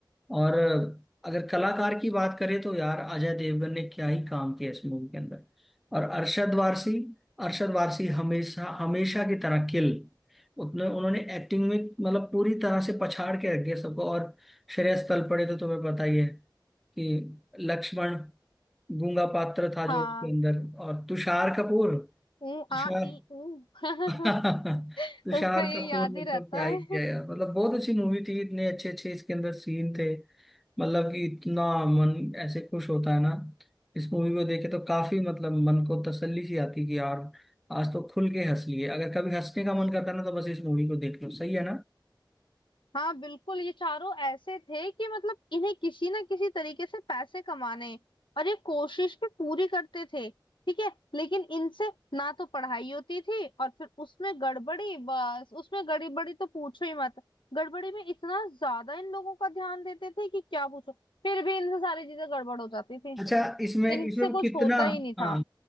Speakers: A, in the centre; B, on the left (about 75°).
A: और अगर कलाकार की बात करें तो यार अजय देवगन ने क्या ही काम किया इस मूवी के अंदर और अरशद वारसी अरशद वारसी हमेशा हमेशा की तरह किल उतने उन्होंने एक्टिंग में मतलब पूरी तरह से पछाड़ के रख दिया सबको और श्रेयस तलपड़े तो तुम्हें पता ही है कि लक्ष्मण गूंगा पात्र था
B: हाँ
A: जो उसके अंदर और तुषार कपूर
B: ऊ
A: तुषार
B: आ ई ऊ <laughs>
A: <laughs> तुषार
B: उसका ये
A: कपूर
B: याद
A: ने
B: ही
A: तो
B: रहता
A: क्या
B: है
A: ही किया यार मतलब बहुत अच्छी मूवी थी इतने अच्छे अच्छे इसके अंदर सीन थे मतलब कि इतना मन ऐसे खुश होता है ना इस मूवी को देखे तो काफी मतलब मन को तसल्ली सी आती कि यार आज तो खुल के हंस लिए अगर कभी हंसने का मन करता है ना तो बस इस मूवी को देख लो सही है
B: हाँ बिल्कुल ये चारों ऐसे थे कि मतलब इन्हें किसी ना किसी तरीके से पैसे कमाने हैं। और ये कोशिश भी पूरी करते थे ठीक है लेकिन इनसे ना तो पढ़ाई होती थी और फिर उसमें गड़बड़ी बस उसमें गड़बड़ी तो पूछो ही मत गड़बड़ी में इतना ज्यादा इन लोगों का ध्यान देते थे कि क्या पूछो फिर भी इनसे सारी चीजें गड़बड़ हो जाती थी
A: अच्छा इसमें
B: इनसे
A: इसमें वो
B: कुछ
A: कितना
B: होता ही नहीं था
A: हाँ